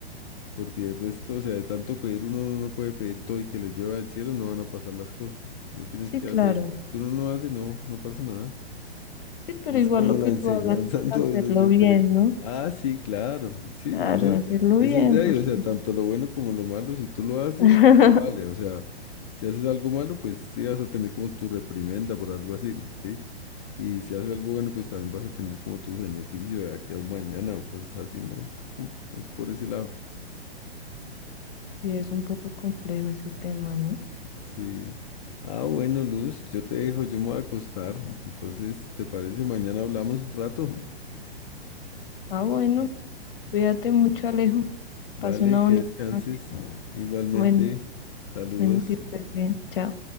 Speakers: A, on the left; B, on the left.
A: Porque el resto, o sea, de tanto pedir uno no puede pedir todo y que le llueva del cielo, no van a pasar las cosas. no tienes
B: Sí,
A: que
B: claro.
A: hacer. Si uno no hace, no, no pasa nada.
B: Sí, pero
A: Es
B: igual
A: como
B: lo que
A: la enseñanza
B: tú hagas, pues
A: en
B: hacerlo
A: todo eso, yo
B: bien,
A: creo.
B: ¿no?
A: Ah, sí, claro. Sí,
B: Claro,
A: eso,
B: hacerlo
A: eso
B: bien,
A: es de
B: porque
A: ahí. O sea, tanto lo bueno como lo malo, si tú lo haces,
B: <laughs>
A: vale. O sea, si haces algo malo, pues sí vas a tener como tu reprimenda por algo así, ¿sí? Y si haces algo bueno, pues también vas a tener como tu beneficio de aquí a un mañana o cosas así, ¿no? Es, como- es por ese lado.
B: Sí, es un poco complejo ese tema, ¿no?
A: Sí. Ah, bueno, Luz, yo te dejo, yo me voy a acostar. Entonces, ¿te parece? Mañana hablamos un rato.
B: Ah, bueno, cuídate mucho, Alejo.
A: Vale,
B: Pasa una
A: que
B: bonita
A: descanses.
B: noche.
A: Igualmente,
B: Bueno,
A: saludos.
B: bueno, que estés bien. Chao.